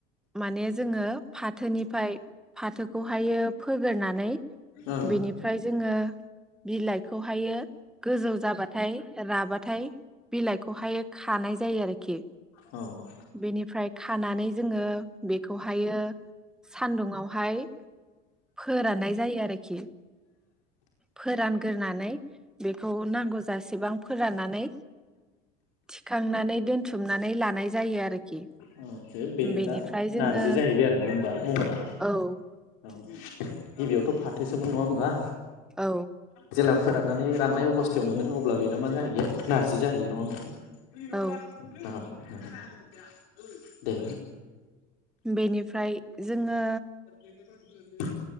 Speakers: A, in the centre; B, on the left (about 80°).
A: माने जोङो फाथोनिफ्राय फाथो खौ हायो फोगोरननानै,
B: ओं
A: बेनिफ्राय जोङो बिलाइखौ हायो। गोजौ जाबाथाय राबा थाय बिलाइखौहाय खानाय जायो आरोखि,
B: औ
A: बेनिफ्राय खानानै जोङो बेखौहायो सान्दुंआवहाय, फोराननाय जायो आरोखि फोरानगोरनानै बेखौ नांगौ जासेबां फोराननानै थिखांनानै दोनथुमनानै लानाय जायो आरोखि,
B: <unintelligible> बेनो
A: बेनिफ्राय
B: दा
A: जोङो
B: नारजि जाहैबाय आरो नङा होमबा महरा,
A: औ <inaudible>
B: औ गिबियावथ' फाथोसोमोन नङा होमबा,
A: औ
B: जेला फोराननानै राननाय अबस्थायाव मोनो अब्ला बेनो मा जाहैयो नारजि जाहैयो नङा होमबा, <unintelligible>
A: औ
B: <inaudible> दे
A: बेनिफ्राय जोङो
B: <unintelligible>